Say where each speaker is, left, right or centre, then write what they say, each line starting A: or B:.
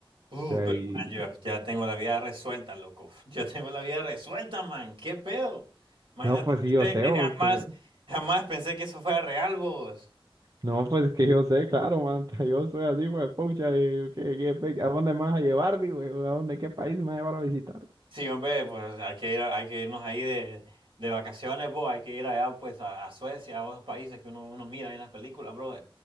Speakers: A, on the right (about 65°); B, on the right (about 40°).
A: Uh,
B: sea,
A: pero
B: y,
A: man, yo ya tengo la vida resuelta, loco. <laughs> Yo tengo la vida resuelta, man. ¿Qué pedo?
B: <laughs>
A: Imagínate
B: no, pues sí, yo
A: pensé
B: sé,
A: que
B: o
A: jamás,
B: sea,
A: jamás pensé que eso fuera real, vos.
B: no, pues que yo sé, claro, manta, <laughs> yo soy así, pues, pucha, y, ¿qué- qué- a dónde me vas a llevar, digo, yo? a dónde, qué país me vas a llevar a visitar?
A: Sí, hombre, pues hay que ir, a- hay que irnos ahí de, de vacaciones, vos. Hay que ir allá, pues, a, a Suecia, a otros países que uno, uno mira ahí en las películas, bro.